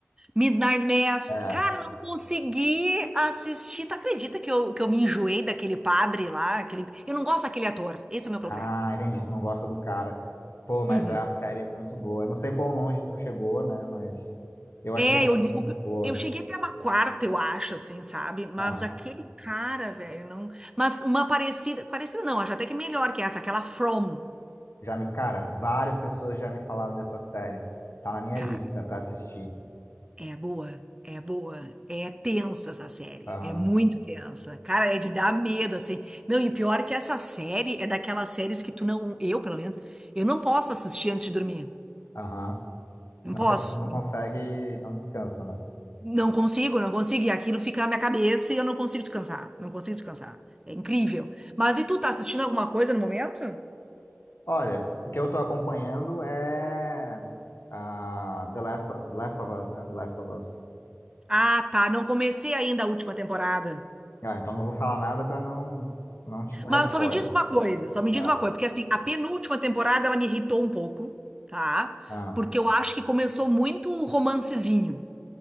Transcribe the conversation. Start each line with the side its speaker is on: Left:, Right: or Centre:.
Right: Midnight Mass.
Left: É.
Right: Cara, não consegui assistir. Tu acredita que eu, que eu me enjoei daquele padre lá? Aquele... Eu não gosto daquele ator. Esse é o meu problema.
Left: Ah, entendi. Tu não gosta do cara. Pô, mas
Right: Uhum.
Left: a série é muito boa. Eu não sei quão longe tu chegou, né? Mas eu
Right: É,
Left: achei ela
Right: eu
Left: muito
Right: digo.
Left: boa.
Right: Eu cheguei até uma quarta, eu acho, assim, sabe? Mas
Left: Aham.
Right: aquele cara, velho, não. Mas uma parecida. Parecida não, acho até que melhor que essa, aquela From.
Left: Já me, cara, várias pessoas já me falaram dessa série. Tá na minha
Right: Cara,
Left: lista pra assistir.
Right: É boa, é boa. É tensa essa série,
Left: Aham,
Right: é muito tensa. Cara, é de dar medo, assim. Não, e o pior é que essa série é daquelas séries que tu não, eu pelo menos, eu não posso assistir antes de dormir.
Left: aham. Senão
Right: Não posso.
Left: a pessoa não consegue, não descansa, né?
Right: Não consigo, não consigo. E aquilo fica na minha cabeça e eu não consigo descansar. Não consigo descansar. É incrível. Mas e tu tá assistindo alguma coisa no momento?
Left: Olha, o que eu tô acompanhando é ah, The Last, Last of Us, né? The Last of Us.
Right: Ah, tá. Não comecei ainda a última temporada.
Left: Ah, então não vou falar nada pra não, não te dar
Right: Mas
Left: spoiler.
Right: só me diz uma coisa, só me diz
Left: Ah,
Right: uma coisa, porque assim, a penúltima temporada ela me irritou um pouco, tá?
Left: ah.
Right: Porque eu acho que começou muito o romancezinho,